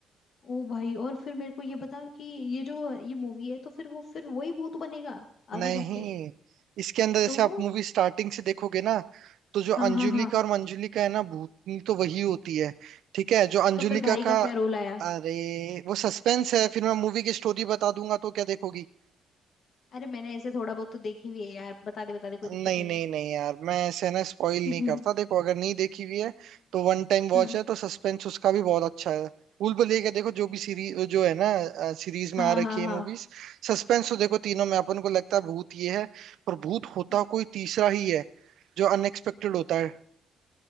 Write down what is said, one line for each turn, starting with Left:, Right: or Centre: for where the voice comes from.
Left: ओ भाई और फिर मेरे को ये बता कि ये जो ये मूवी है तो फिर वो फिर वही भूत बनेगा
Right: नहीं
Left: आगे जाके
Right: इसके अंदर जैसे
Left: तो
Right: आप मूवी स्टार्टिंग से देखोगे ना तो जो
Left: हाँ
Right: अंजुलिका
Left: हाँ हाँ
Right: और मंजुलिका है ना भूतनी तो वही होती है ठीक है जो अंजुलिका
Left: तो फिर भाई
Right: का
Left: का क्या रोल आया
Right: अरे वो सस्पेंस है फिर मैं मूवी की स्टोरी बता दूंगा तो क्या देखोगी
Left: अरे मैंने ऐसे थोड़ा बहुत तो देखी हुई है यार बता दे बता दे कोई दिक्कत
Right: नहीं
Left: नहीं
Right: नहीं
Left: है
Right: नहीं यार मैं ऐसे ना स्पॉइल
Left: <laughs>
Right: नहीं
Left: हम्म
Right: करता देखो अगर नहीं देखी हुई है तो वन टाइम वॉच
Left: हम्म
Right: है तो सस्पेंस उसका भी बहुत अच्छा है भूल भुलैया का देखो जो भी सीरीज जो है ना सीरीज में
Left: हाँ
Right: आ
Left: हाँ
Right: रखी है
Left: हाँ
Right: मूवीज सस्पेंस तो देखो तीनों में अपन को लगता है भूत ये है पर भूत होता
Left: हम्म
Right: कोई तीसरा ही है जो अनएक्सपेक्टेड होता है